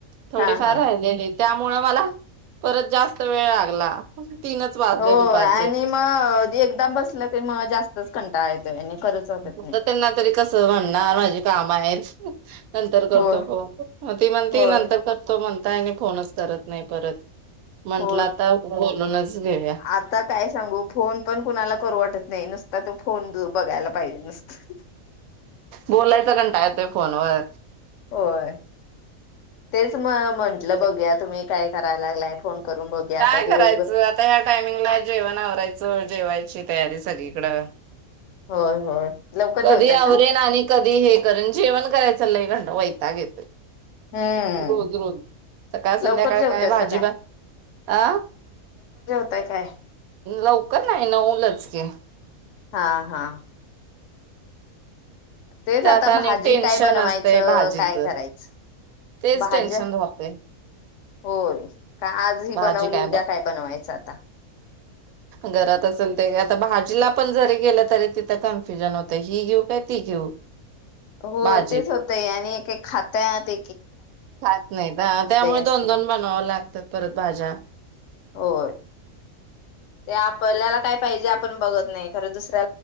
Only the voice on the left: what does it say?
हा
हा
हो
आणि मग एकदा बसलं की मग जास्तच कंटाळा येतोय आणि खरंच वाटत
नाही.
होय
होय
हो
आता काय सांगू फोन पण कुणाला करू वाटत नाही नसत आता तू फोन बघायला पाहिजे नसत
होय तेच म म्हटलं बघूया तुम्ही काय करायला लागलाय करून बघूया
आता दिवसभर
होय होय लवकर
जेवतासा
हम्म
लवकर जेवतासा
होताय काय
हा हा तेच
आता
भाजी
काय बनवायचं
काय करायचं
भाज्या
होय का आज ही
बनवली उद्या
काय बनवायचं आता
होय
तेच होतय आणि एकेका खातय आणी
असते
होय. ते आपल्याला काय पाहिजे, आपण बघत नाही. खरंच असं